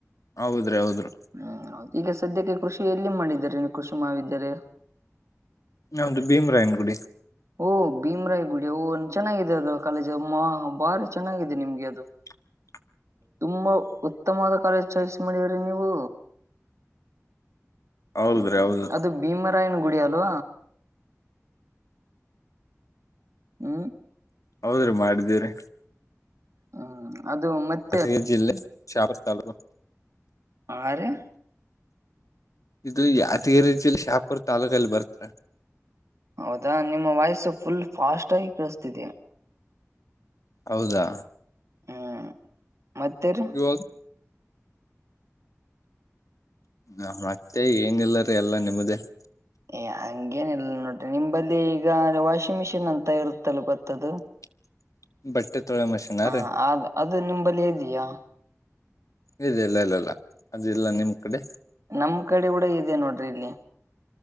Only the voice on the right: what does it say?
ಹ್ಮ್ ಈಗ ಸದ್ಯಕ್ಕೆ ಕೃಷಿ ಎಲ್ಲಿ ಮಾಡಿದ್ದಾರೆ ನೀ ಕೃಷಿ ಮಾಡದ್ದರೆ
ಓಹ ಭೀಮ್ರಾಯಿ ಗುಡಿ ಓ ಚೆನ್ನಾಗಿದೆ ಅದು ಕಾಲೇಜ್ ಭಾರಿ ಚೆನ್ನಾಗಿದೆ ನಿಮ್ಗೆ ಅದು
ತುಂಬಾ ಉತ್ತಮವಾದ ಚಾಯ್ಸ್ ಮಾಡ್ರಿ ನೀವು
ಹ್ಮ
ಅದು ಭೀಮರಾಯನ ಗುಡಿ ಅದು ಹ್ಮ
ಹ್ಮ್ ಅದು ಮತ್ತೆ
ಆ ರೀ
ಹೌದಾ ನಿಮ್ಮ ವಾಯ್ಸ ಫುಲ್ ಫಾಸ್ಟ್ ಆಗಿ ಕಳಿಸ್ತ
ಹ್ಮ್ ಮತ್ತೆ ರೀ
ಏ ಹಂಗೇನ ಇಲ್ಲ ನೋಡ್ರಿ ನಿಮ್ಮ ಬಲ್ಲಿ ಈಗ ವಾಷಿಂಗ್ ಮಿಷಿನ್ ಅಂತ ಇರುತ್ತಲ್ ಗೊತ್ತದು
ಹ
ಅ ಅದು ನಿಂಬಲ್ಲಿ ಇದೀಯಾ
ನಮ್ ಕಡೆ ಕೂಡ ಇದೆ ನೋಡ್ರಿ ಇಲ್ಲಿ